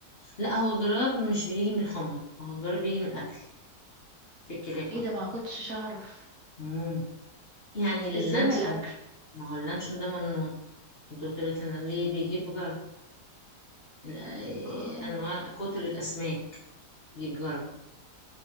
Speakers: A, on the left; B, on the right.
A: لا هو جراب مش بيجي من الحمى هو جراب بيجي من الاكل في الكلاب اكتر
B: ايه ده ما كنتش اعرف
A: مم. يعني اللانشون
B: ازاي من الاكل
A: ما هو اللانشون ده ممنوع الدكتور قالت لنا ليه بيجيب جرب ال- آه،
B: اه
A: انواع كتر الاسماك يجيب جرى